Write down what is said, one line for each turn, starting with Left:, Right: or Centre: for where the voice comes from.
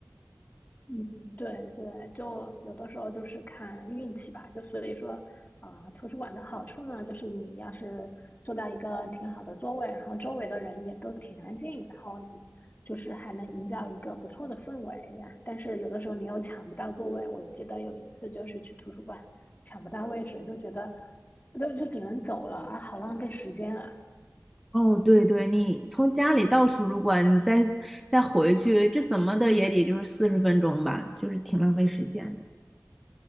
Left: 嗯，对对，就有的时候就是看运气吧。就所以说，啊、图书馆的好处呢，就是你要是坐到一个挺好的座位，然后周围的人也都挺安静，然后你就是还能营造一个不错的氛围呀。但是有的时候你又抢不到座位，我记得有一次就是去图书馆抢不到位置，就觉得就就只能走了啊，好浪费时间啊。
Centre: 哦，对对，你从家里到图书馆，你再再回去，这怎么的也得就是四十分钟吧，就是挺浪费时间的。